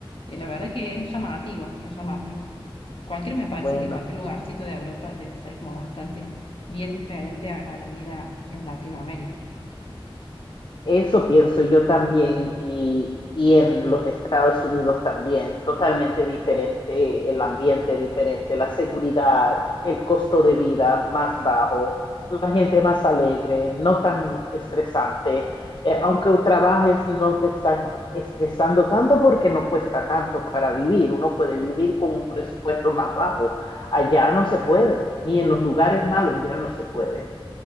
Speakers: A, on the left; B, on the left.
A: Y la verdad que es llamativo, es llamativo. Cualquier, me parece
B: Bueno.
A: que cualquier lugarcito de Europa debe ser como bastante bien diferente a, a la vida en Latinoamérica.
B: Eso pienso yo también y, y en los Estados Unidos también, totalmente diferente, el ambiente diferente, la seguridad, el costo de vida más bajo, la gente más alegre, no tan estresante. Eh, aunque trabajes, no te están estresando tanto porque no cuesta tanto para vivir. Uno puede vivir con un presupuesto más bajo. Allá no se puede, ni en los lugares malos ya no se puede.